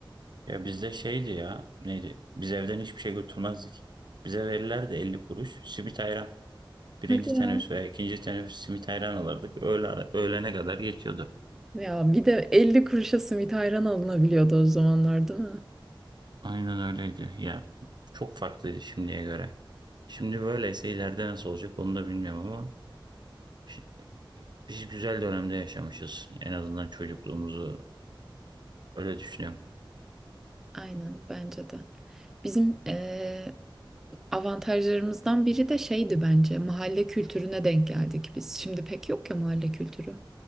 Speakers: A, on the right; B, in the centre.
A: Ya bizde şeydi ya neydi? Biz evden hiçbir şey götürmezdik. Bize verirlerdi 50 kuruş simit ayran. Birinci
B: Hadi
A: teneffüs
B: ya.
A: veya ikinci teneffüs simit ayran alırdık. Öğle, ara- öğlene kadar yetiyordu.
B: Ya bir de 50 kuruşa simit ayran alınabiliyordu o zamanlar değil mi?
A: Aynen öyleydi. Ya çok farklıydı şimdiye göre. Şimdi böyleyse ileride nasıl olacak onu da bilmiyorum ama şi- biz güzel dönemde yaşamışız. En azından çocukluğumuzu Öyle düşünüyorum.
B: Aynen bence de. Bizim eee, avantajlarımızdan biri de şeydi bence mahalle kültürüne denk geldik biz. Şimdi pek yok ya mahalle kültürü.